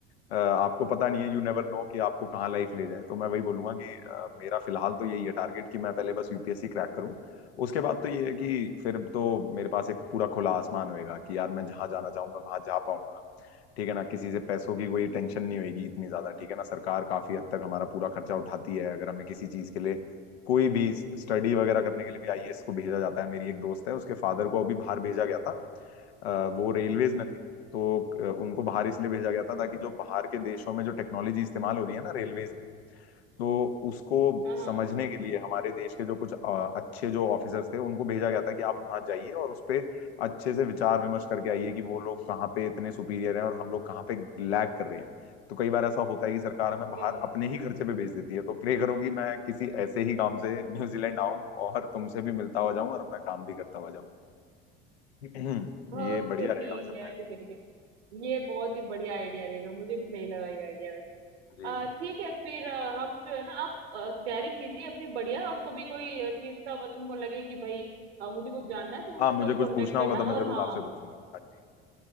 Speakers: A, on the left; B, on the right.
A: अ, आपको पता नहीं है यू नेवर नो कि आपको कहाँ लाइफ ले जाए तो मैं वही बोलूंगा कि अ, मेरा फिलहाल तो यही है टारगेट कि मैं पहले बस यूपीएससी क्रैक करूँ उसके बाद तो ये है कि फिर तो मेरे पास एक पूरा खुला आसमान होएगा कि यार मैं जहाँ जाना चाहूँ मैं वहां जा पाऊंगा ठीक है ना किसी से पैसों की कोई
B: हम्म
A: टेंशन
B: हम्म,
A: नहीं होगी इतनी ज्यादा ठीक है ना सरकार काफी हद तक हमारा पूरा खर्चा उठाती है अगर हमें किसी चीज के लिए कोई भी स्टडी वगैरह करने के लिए भी आईएएस को भेजा जाता है मेरी एक दोस्त है उसके फादर को अभी बाहर भेजा गया था अ, वो रेलवेज में थे तो अ, उनको बाहर इसलिए भेजा
B: हम्म,
A: गया था ताकि जो बाहर के देशों में जो टेक्नोलॉजी इस्तेमाल हो रही है ना रेलवेज में तो उसको
B: हाँ हाँ
A: समझने के लिए हमारे देश के जो कुछ अ, अच्छे जो ऑफिसर्स थे उनको भेजा गया था कि आप वहां जाइए और उस पे अच्छे से विचार विमर्श करके आइए कि वो लोग कहाँ पे इतने सुपीरियर हैं और हम लोग कहाँ पे लैग कर रहे हैं तो कई बार ऐसा होता है कि सरकार हमें बाहर
B: बिल्कुल
A: अपने ही खर्चे पे भेज देती है तो प्रे करो कि मैं किसी ऐसे ही काम से न्यूजीलैंड आऊं और तुमसे भी मिलता हुआ जाऊं और अपना काम भी करता हुआ जाऊं <clears throat> ये
B: ओके
A: बढ़िया
B: ठीक
A: रहेगा वैसे प्लान
B: है ठीक है ठीक है ये बहुत ही बढ़िया आइडिया रहेगा मुझे भी सही लगा ये आइडिया
A: जी जी
B: अ, ठीक
A: जी
B: है फिर अ, हम जो है ना आप अ, तैयारी कीजिए अपनी बढ़िया और कभी कोई अ, चीज का अगर तुमको लगे कि भाई अ, मुझे कुछ जानना है तो
A: हाँ
B: मुझे
A: मुझे
B: जरूर
A: कुछ
B: कांटेक्ट
A: पूछना
B: करना
A: होगा तो मैं
B: और
A: जरूर
B: हाँ
A: आपसे पूछूंगा हाँ जी